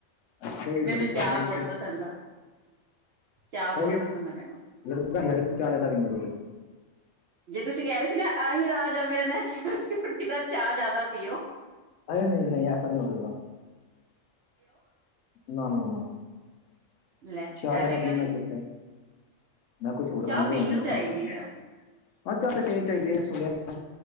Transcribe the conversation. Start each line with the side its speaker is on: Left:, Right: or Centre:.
Left: ਅੱਛਾ ਜੀ
Right: ਮੈਨੂੰ
Left: ਬੜੀ
Right: ਚਾਹ
Left: ਪੀਂਦੇ
Right: ਬਹੁਤ ਪਸੰਦ ਆ। ਚਾਹ
Left: ਸਹੀ
Right: ਬਹੁਤ
Left: ਆ
Right: ਪਸੰਦ ਮੈਨੂੰ
Left: ਗਲ਼ਤ ਆ ਯਰ ਚਾਹ ਜਿਆਦਾ ਪੀਂਦੇ ਔ ਤੁਸੀਂ।
Right: ਜੇ ਤੁਸੀਂ ਕਹਿ ਰਹੇ ਸੀ ਨਾ ਆਹੀ ਰਾਜ ਆ ਮੇਰਾ ਨੇਚਰ 'ਚ। ਕਿੱਦਾਂ ਚਾਹ ਜ਼ਿਆਦਾ ਪੀਓ।
Left: ਅਰੇ ਨਹੀਂ ਨਹੀਂ ਐਸਾ ਨਹੀਂ ਹੋ ਸਕਦਾ ਨਾ -ਨਾ
Right: ਲੈ
Left: ਚਾਹ ਜਿਆਦਾ
Right: ਐਵੇਂ ਕਿਉਂ
Left: ਪੀਣ
Right: ਨੀ
Left: ਨਾਲ ਕਿੱਥੇ। ਮੈਂ ਕੁਛ ਹੋਰ
Right: ਚਾਹ
Left: ਖਾਂਦੇ
Right: ਪੀਣੀ
Left: ਹੋਣੇ ਆ
Right: ਚਾਹੀਦੀ
Left: ਚਾਹ ਪਾਣੀ
Right: ਆ
Left: ਆ ਚਾਹ ਤੇ ਪੀਣੀ ਚਾਹੀਦੀ ਆ ਸੁਣਿਆ ਮੈਂ